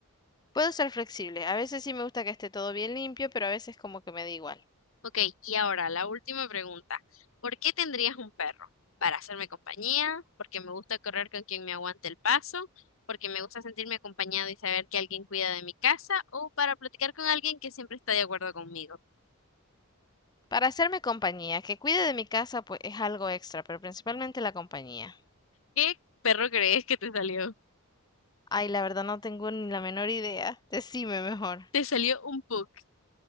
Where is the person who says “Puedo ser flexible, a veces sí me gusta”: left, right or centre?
Left